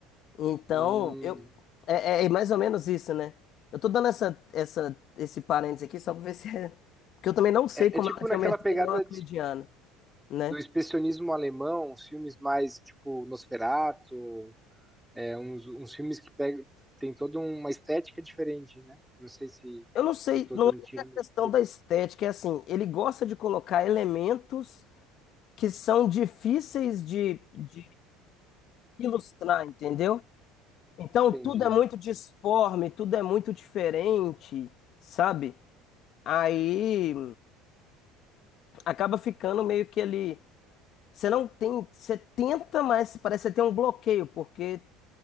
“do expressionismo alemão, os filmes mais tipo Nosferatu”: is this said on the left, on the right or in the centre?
Centre